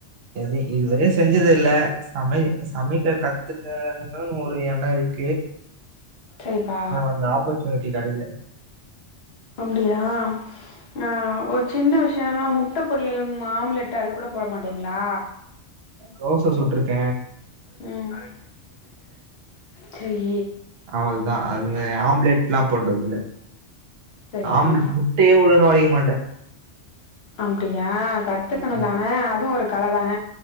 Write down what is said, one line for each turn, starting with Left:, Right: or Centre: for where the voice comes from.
Right: எது இதுவரையு செஞ்சது இல்ல சமை சமைக்க கத்துக்கணுன் ஒரு எண்ணொ இருக்
Left: சரிப்பா
Right: அந்த ஆப்பர்ச்சுனிட்டி கெடைக்கல
Left: அப்டியா அ ஒ ச சின்ன விஷயொல்லா முட்ட பொரியல் ஆம்லெட் அது கூட போட மாட்டீங்களா?
Right: தோச சுட்ருக்க
Left: ம் செரி
Right: அவள்தா அது ஆம்லெட்லா போட்டதில்ல
Left: சரிப்பா
Right: ஆம்லெட் முட்டையே ஒழுங்கா ஒடைக்க மாட்டே
Left: அப்டியா கத்துக்கணுந்
Right: ஆமா
Left: தான அதுவு ஒரு கல தான